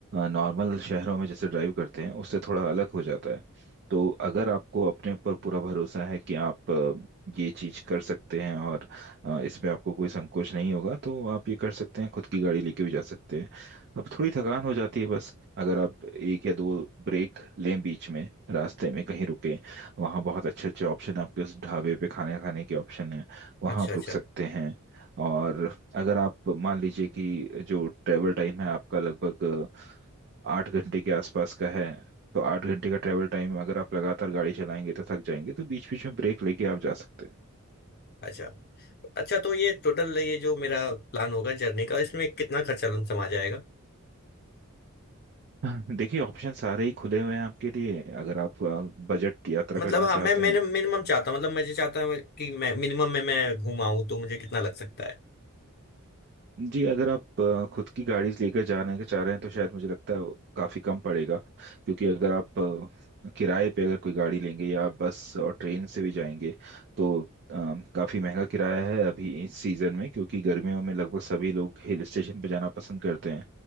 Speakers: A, on the right; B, on the left.
A: नॉर्मल शहरों में जैसे ड्राइव करते हैं उससे थोड़ा अलग हो जाता है तो अगर आपको अपने ऊपर पूरा भरोसा है कि आप अ, ये चीज कर सकते हैं और अ, इसमें आपको कोई संकोच नहीं होगा तो आप ये कर सकते हैं खुद की गाड़ी लेके भी जा सकते हैं अब थोड़ी थकान हो जाती है बस अगर आप एक या दो ब्रेक लें बीच में रास्ते में कहीं रुकें वहाँ बहुत अच्छे अच्छे ऑप्शन हैं आपके उस ढाबे पे खाने खाने के ऑप्शन हैं वहाँ
B: अच्छा
A: आप
B: अच्छा
A: रुक सकते हैं और अगर आप मान लीजिए कि जो ट्रैवल टाइम है आपका लगभग आठ घंटे के आसपास का है तो आठ घंटे का ट्रैवल टाइम अगर आप लगातार गाड़ी चलाएंगे तो थक जाएंगे तो बीच बीच में ब्रेक लेके आप जा सकते हैं
B: अच्छा अच्छा तो ये टोटल ये जो मेरा प्लान होगा जर्नी का इसमें कितना खर्चा लम- समा जाएगा
A: हाँ। देखिए ऑप्शन सारे ही खुले हुए हैं आपके लिए अगर आप बजट यात्रा
B: मतलब
A: करना
B: हाँ मैं
A: चाहते
B: मैंने
A: हैं
B: मिनिमम चाहता हूँ मतलब मुझे चाहता हूँ कि मैं मिनिमम में मैं घूम आऊँ तो मुझे कितना लग सकता है
A: जी अगर आप अ, खुद की गाड़ी लेकर जाने के चाह रहे हैं तो शायद मुझे लगता है वो काफ़ी कम पड़ेगा क्योंकि अगर आप अ, किराए पे अगर कोई गाड़ी लेंगे या आप बस और ट्रेन से भी जाएंगे तो काफ़ी महंगा किराया है अभी इस सीज़न में क्योंकि गर्मियों में लगभग सभी लोग हिल स्टेशन पे जाना पसंद करते हैं